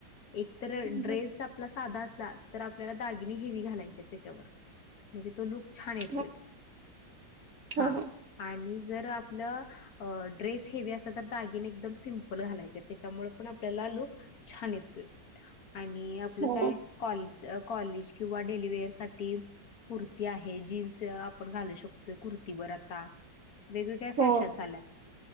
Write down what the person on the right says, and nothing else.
हा
हां,
हां, हां.
हो,
हो,